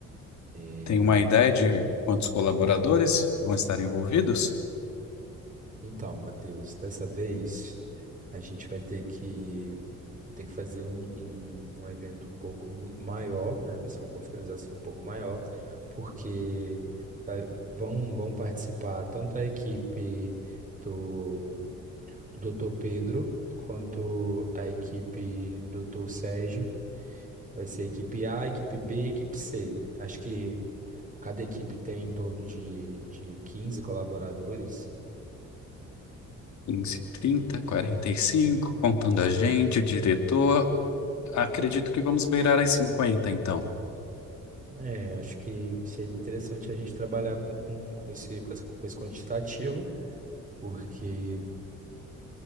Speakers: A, on the right (about 25°); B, on the left (about 65°).
A: É,
B: Tem uma ideia de quantos colaboradores vão estar envolvidos?
A: então, Matheus, dessa vez a gente vai ter que, vai ter que fazer um, um, um evento um pouco maior, né? Vai ser uma confraternização um pouco maior, porque vai- vão, vão participar tanto a equipe do do Dr. Pedro, quanto a equipe do Dr. Sérgio. Vai ser equipe A, equipe B, equipe C. Acho que cada equipe tem em torno de, de 15 colaboradores.
B: 15, 30, 45, contando a gente, o diretor. Acredito que vamos beirar as 50, então.
A: É, acho que seria interessante a gente trabalhar com, com, com esse, com essa- com esse quantitativo, porque